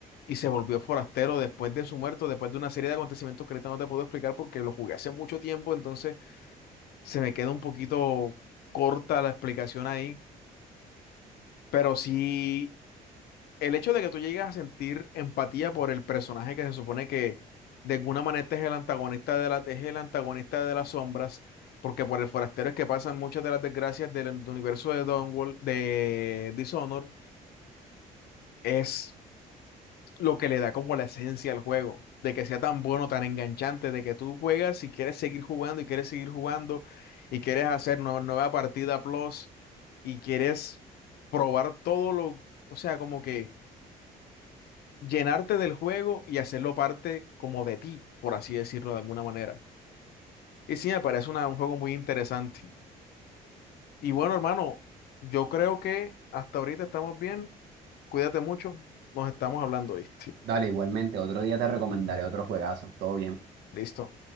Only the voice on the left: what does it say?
y se volvió forastero después de su muerte, después de una serie de acontecimientos que ahorita no te puedo explicar porque lo jugué hace mucho tiempo, entonces se me queda un poquito corta la explicación ahí, pero sí. el hecho de que tú llegues a sentir empatía por el personaje que se supone que de alguna manera este es el antagonista de la, es el antagonista de las sombras, porque por el forastero es que pasan muchas de las desgracias del, del universo de Downworld, de Dishonored, es lo que le da como la esencia al juego, de que sea tan bueno, tan enganchante, de que tú juegas y quieres seguir jugando y quieres seguir jugando y quieres hacer una nueva partida plus y quieres probar todo lo, o sea, como que llenarte del juego y hacerlo parte como de ti, por así decirlo de alguna manera. Y sí, me parece una- un juego muy interesante. Y bueno, hermano, yo creo que hasta ahorita estamos bien. Cuídate mucho. Nos estamos hablando, ¿viste?
Listo.